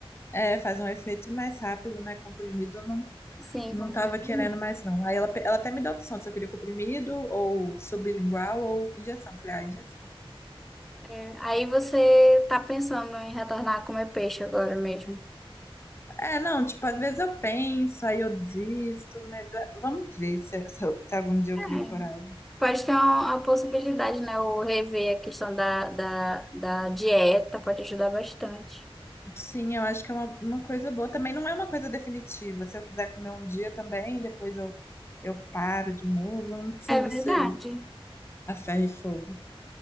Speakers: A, on the left (about 25°); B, in the centre.
A: é, faz um efeito mais rápido, né? Comprimido não,
B: Sim,
A: não
B: completamente.
A: tava querendo mais, não. Aí ela, ela até me deu a opção se eu queria comprimido, ou sublingual, ou injeção. Falei, ah, injeção.
B: É, aí você tá pensando em retornar a comer peixe agora mesmo.
A: É, não, tipo, às vezes eu penso, aí eu desisto, mas é, vamos ver se, se, eu- se algum dia eu
B: É.
A: crio coragem.
B: Pode ter uma, uma possibilidade, né? Ou rever a questão da, da, da dieta, pode ajudar bastante.
A: Sim, eu acho que é uma, uma coisa boa. Também não é uma coisa definitiva. Se eu quiser comer um dia também, depois eu, eu paro de novo. Não preciso
B: É, é verdade.
A: ser a ferro e fogo.